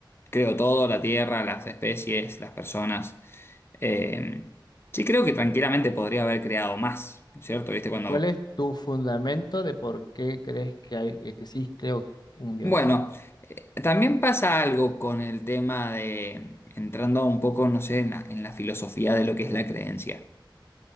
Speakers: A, on the left; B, on the left.
A: creo todo, la tierra, las especies, las personas. Eh, sí, creo que tranquilamente podría haber creado más, ¿no es cierto? ¿Viste? Cuando
B: ¿Y cuál es tu fundamento de por qué crees que hay- que existe o- que un dios?
A: Bueno, eh, también pasa algo con el tema de, entrando un poco, no sé, en la, en la filosofía de lo que es la creencia.